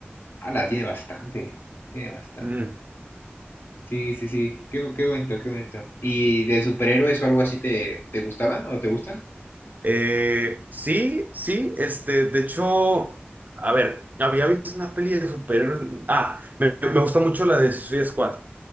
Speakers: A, on the left (about 60°); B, on the right (about 45°).
A: ah, la tiene bastante. Tiene bastante.
B: Mm.
A: Sí, sí, sí. Qué, bo- qué bonito, qué bonito. ¿Y de superhéroes o algo así te, te gustaban o te gustan?
B: Eh, sí, sí, este, de hecho, a ver, había visto una peli de superhéroes. Ah, me, me gusta mucho la de Suicide Squad.